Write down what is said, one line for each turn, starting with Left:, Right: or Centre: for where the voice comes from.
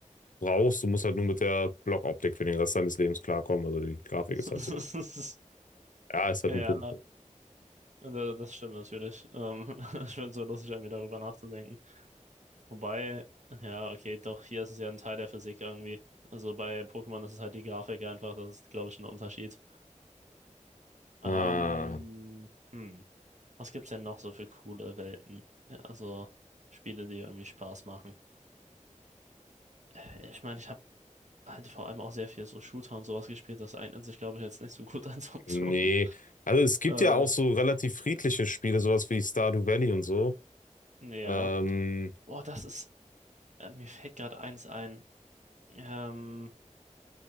Left: brauchst. Du musst halt nur mit der Blockoptik für den Rest deines Lebens klarkommen. Also die Grafik
Right: <laughs>
Left: ist halt so. Ja, ist halt
Right: Ja.
Left: ein Punkt.
Right: Da- Das stimmt natürlich. Ähm, <laughs> ich finde es so lustig, irgendwie darüber nachzudenken. Wobei, ja, okay, doch, hier ist es ja ein Teil der Physik irgendwie. Also bei Pokémon ist es halt die Grafik einfach, das ist, glaube ich, ein Unterschied.
Left: Ah,
Right: Ähm, hm, was gibt's denn noch so für coole Welten? Ja, also Spiele, die irgendwie Spaß machen. Äh, Ich meine, ich habe halt vor allem auch sehr viel so Shooter und sowas gespielt, das eignet sich, glaube ich, jetzt nicht so gut als Option.
Left: nee.
Right: <laughs>
Left: Also es gibt
Right: Äh,
Left: ja auch so relativ friedliche Spiele, sowas wie Stardew Valley und so.
Right: ja.
Left: Ähm,
Right: Boah, das ist, äh, mir fällt gerade eins ein. Ähm,